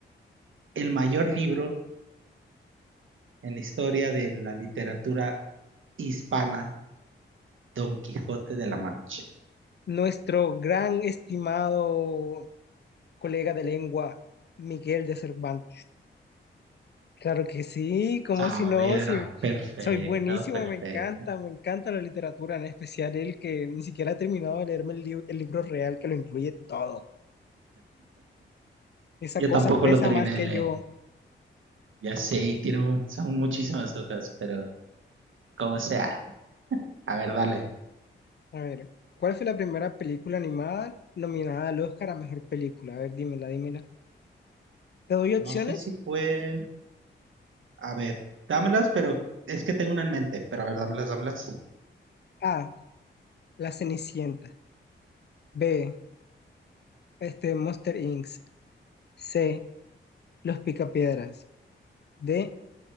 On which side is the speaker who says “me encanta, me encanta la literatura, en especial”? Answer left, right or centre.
Left